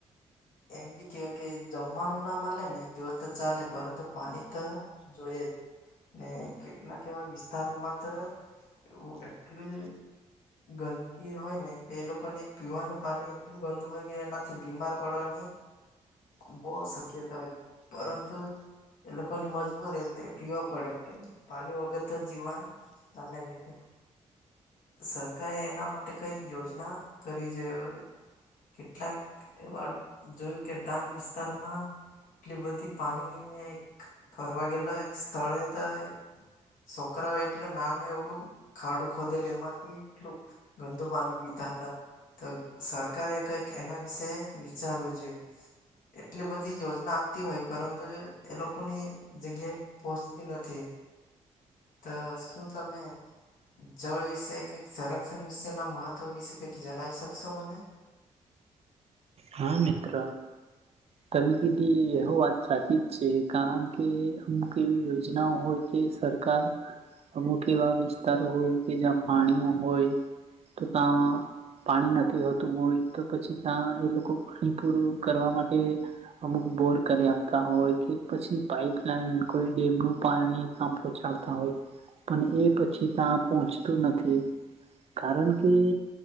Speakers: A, on the left; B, on the right.
A: એમ બી કેવાય કે, જમવાનું ના મળે ને, એક દિવસ તો ચાલે, પરંતુ પાણી તો જોઈએ જ. ને કેટલાક એવા વિસ્તારોમાં તો એવું એટલું ગંદકી હોય ને, કે એ લોકોને પીવાનું પાણી એટલું ગંદુ હોય કે, એનાથી બીમાર પડવાની. બહું શક્યતા હોય, પરંતુ એ લોકોની મજબૂરી તે પીવા પડે, કેમ પાણી વગર તો જીવન ચાલે નિ તે. સરકારે એના માટે કઈ યોજના કરવી જોઈએ. કેટલાક એવા જેવુ કે ડાંગ વિસ્તારમાં. એટલી બધી પાણી ની મેં એક ફરવા ગેલો, એક સ્થળ એ તો છોકરાઓ એટલું નાનું એવડું ખાડું ખોદેલ, એમાંથી એટલું ગંદુ પાણી પીતા હતા, તો સરકારે કઈક એના વિશે વિચારવા જોઈએ. એટલી બધી યોજના આવતી હોય, પરંતુ એ લોકોની જગ્યાએ પહોચતી નથી., તો શું તમે જળ વિશે કઈક સંરક્ષણ વિશે ના મહત્વ વિશે કઈક જણાવી શકશો મને?
B: હા, મિત્ર. તમે કીધી એ વાત સાચી જ છે, કારણ કે અમુક એવી યોજનાઓ હોય તે, સરકાર અમુક એવા વિસ્તારો હોય કે, જ્યાં પાણી ન હોય. તો ત્યાં પાણી નથી હોતું, હોય તો, પછી ત્યાં એ લોકો પાણી પૂરું કરવા માટે. અમુક બોર કરી આપતા હોય કે, પછી પાઈપલાઈન, કોઈ ડેમનું પાણી ક્યાં પહોંચાડતા હોય.
A: હ.
B: પણ એ પછી ત્યાં પહોંચતું નથી કારણ કે